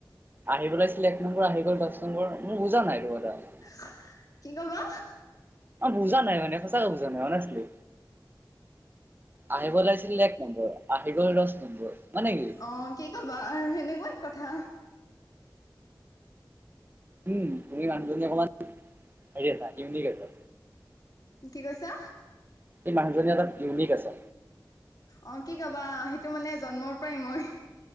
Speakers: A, on the right; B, on the left.
A: আহিব লাগিছিলে এক নম্বৰ আহি গ'ল দহ নম্বৰ। মোৰ বুজা নাই এইটো কথা।
B: <unintelligible> কি কবা?
A: অঁ, বুজা নাই মানে সঁচা কে বুজা নাই মানে, অনেচলি আহিব লাগিছিল এক নম্বৰ, আহি গ'ল দচ নম্বৰ মানে কি
B: অঁ, কি কবা আৰু হেনেকুৱাই কথা।
A: উম তুমি মানুহজনী অকমান হেৰি আছা ইউনিক আছা।
B: কি কৈছা?
A: এই মানুজনী ঞলপ ইউনিক আছা
B: অঁ, কি কবা সেইটো মানে জন্মৰ পৰাই মই,